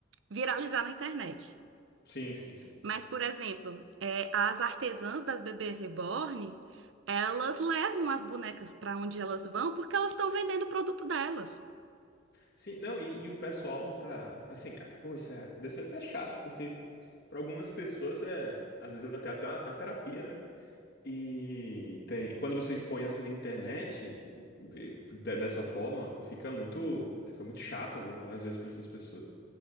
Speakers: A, on the right; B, on the left.
A: viralizar na internet.
B: Sim, sim, sim.
A: Mas, por exemplo, é, as artesãs das bebês reborn, elas levam as bonecas pra onde elas vão porque elas estão vendendo o produto delas.
B: Sim, não, e, e o pessoal tá. Assim, é que, pô, isso é, deve ser até chato, porque. Para algumas pessoas é, às vezes até até a terapia, né? E tem, quando você expõe assim na internet, de- dessa forma, fica muito, fica muito chato algum, às vezes para essas pessoas.